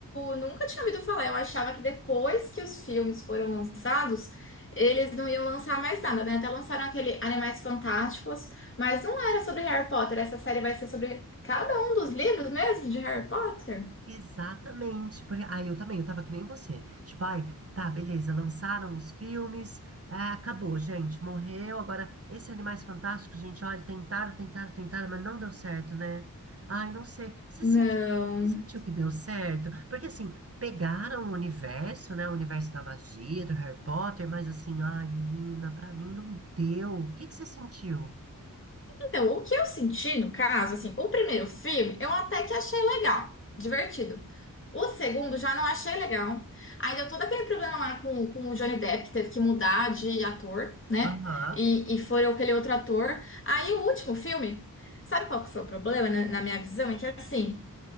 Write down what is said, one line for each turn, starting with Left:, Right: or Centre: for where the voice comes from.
Left: nunca tinha ouvido falar. Eu achava que depois que os filmes foram lançados, eles não iam lançar mais nada, né? Até lançaram aquele Animais Fantásticos, mas não era sobre Harry Potter. Essa série vai ser sobre cada um dos livros mesmo de Harry Potter?
Right: Exatamente, porque aí eu também, eu tava que nem você. Tipo, ai, tá, beleza, lançaram os filmes, ah, acabou, gente, morreu. Agora, esse Animais Fantásticos, gente, olha, tentaram, tentaram, tentaram, mas não deu certo, né? Ai, não sei. Você
Left: Não.
Right: sentiu, você sentiu que deu certo? Porque assim, pegaram o universo, né? O universo da magia, do Harry Potter, mas assim, ai, menina, pra mim não deu. O que que você sentiu?
Left: Então, o que eu senti no caso, assim, o primeiro filme eu até que achei legal, divertido. O segundo já não achei legal. Aí deu todo aquele problema lá com, com o Johnny Depp, que teve que mudar de ator, né?
Right: Aham.
Left: E, e foi aquele outro ator. Aí o último filme, sabe qual que foi o problema, na, na minha visão? É que assim.